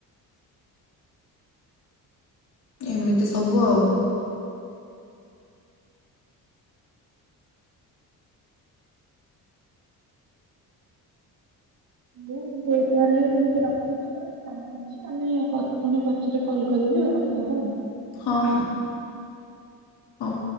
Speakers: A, on the left; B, on the right.
A: ଏମିତି ସବୁ ଆଉ।
B: ମୁଁ ହଉ ତାହେଲେ ମୁଁ ଟିକେ ରଖୁଚି ଆଉ। ମୋର ଟିକେ କାମ ଅଛି ଆମେ ପ ପୁଣି ପଛ ରେ କଲ୍ କରିବି ଆଉ କଥାହବା ଆଉ।
A: ହଁ ହଁ। ହଉ।